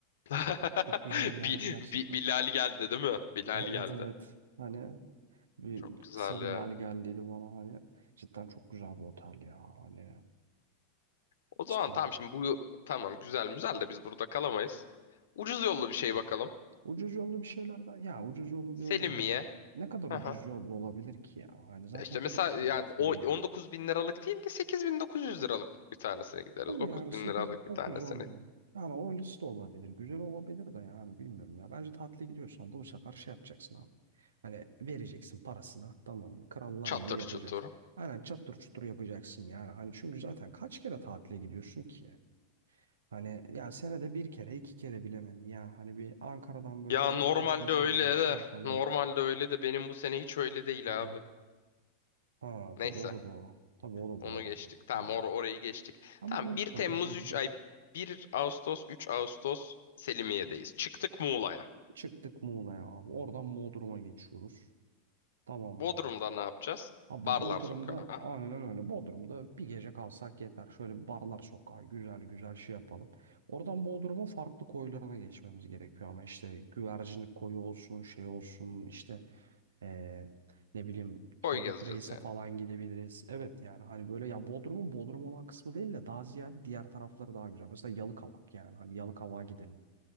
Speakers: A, on the left; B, on the right.
A: <laughs>
B: Çok güzel
A: Bir,
B: yerdi gerçekten.
A: bir, Bilal geldi değil mi?
B: <laughs>
A: Bilal
B: Evet
A: geldi.
B: evet. Hani bir
A: Çok güzel
B: kısa bir
A: ya.
B: lale geldiydi bana hani. Cidden çok güzel bir otel ya. Hani
A: O zaman
B: cidden.
A: tamam şimdi bu tamam güzel güzel de biz burada kalamayız. Ucuz yollu bir şey bakalım.
B: Ucuz yollu bir şeylerden. Ya ucuz yollu
A: Selimiye.
B: diyoruz da hani ne kadar
A: Hı
B: ucuz
A: hı.
B: yollu olabilir ki ya. Hani zaten
A: Ya İşte
B: Türkiye'deyiz.
A: mesela yani
B: Hani
A: o 19 bin liralık değil de 8.900 liralık bir tanesine gideriz.
B: Tabii
A: 9
B: yani 8
A: bin liralık bir
B: 9
A: tanesine.
B: 10 bin. Yani o liste olabilir. Güzel olabilir de yani bilmiyorum ya. Bence tatile gidiyorsan da bu sefer şey yapacaksın abi. Hani vereceksin parasına tamam mı? Krallar
A: Çatır
B: gibi yapacaksın.
A: çutur.
B: Aynen çattır çutur yapacaksın yani. Hani çünkü zaten kaç kere tatile gidiyorsun ki? Hani yani senede bir kere iki kere bilemem Ya hani bir Ankara'dan böyle
A: Ya
B: hani
A: normalde
B: uzaklaşalım
A: öyle
B: şey
A: de
B: yapalım.
A: normalde öyle de benim bu sene hiç öyle değil
B: Hani
A: abi.
B: ha
A: Neyse
B: tabii o da doğru. Tabii o da
A: onu
B: doğru.
A: geçtik. Tamam
B: Hani
A: or orayı geçtik.
B: ama
A: Tamam
B: öyle
A: bir
B: olunca
A: Temmuz
B: şey
A: üç
B: de değil.
A: ay bir Ağustos 3 Ağustos Selimiye'deyiz. Çıktık Muğla'ya.
B: Çıktık Muğla'ya abi. Oradan Bodrum'a geçiyoruz. Tamam mı?
A: Bodrum'da ne yapacağız?
B: Abi
A: Barlar
B: Bodrum'da
A: sokağı.
B: aynen öyle. Bodrum'da bir gece kalsak yeter. Şöyle bir barlar sokağı güzel güzel şey yapalım. Oradan Bodrum'un farklı koylarına geçmemiz gerekiyor ama işte güvercin koyu olsun şey olsun işte eee, ne bileyim
A: Koy
B: Turgut
A: gezeceğiz
B: Reis'e
A: yani.
B: falan gidebiliriz. Evet yani hani böyle ya Bodrum'un Bodrum olan kısmı değil de daha ziyade diğer tarafları daha güzel. Mesela Yalıkavak yani hani Yalıkavak'a gidelim.